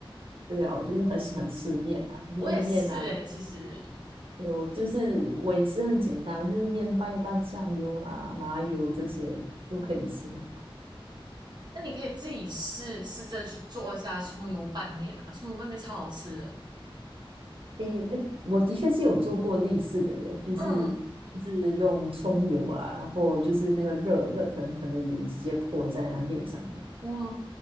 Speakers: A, on the right (about 70°); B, on the right (about 50°).
A: 对啊，我就是很喜欢吃面啊，就是面啊，
B: 我也是诶，其实
A: 对，我就是我也吃很简单，就是面拌一拌酱油啊、麻油这些就可以吃了。
B: 那你可以自己试试着去做一下葱油拌面啊，葱油拌面超好吃的。
A: 诶，诶我的确是有做过类似的耶，就是
B: 嗯，
A: 就是用葱油啊，然后就是那个热热腾腾的油直接泼在那面上面，
B: 哇，